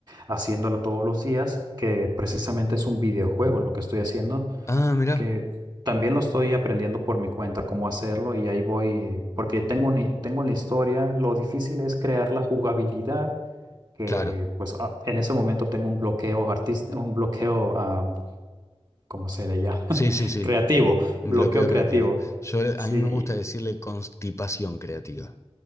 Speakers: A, on the right (about 40°); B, on the left (about 25°).
A: haciéndolo todos los días, que precisamente es un videojuego lo que estoy haciendo,
B: ah, mirá,
A: que también lo estoy aprendiendo por mi cuenta cómo hacerlo y ahí voy, eh, porque tengo, una- i- tengo la historia, lo difícil es crear la jugabilidad que
B: claro,
A: pues a- en ese momento tengo un bloqueo artístico, un bloqueo, ah, ¿cómo se le llama? <laughs>
B: sí, sí, sí,
A: Creativo,
B: bloqueo
A: bloqueo creativo.
B: creativo. Yo,
A: Sí,
B: a mí me gusta decirle constipación creativa.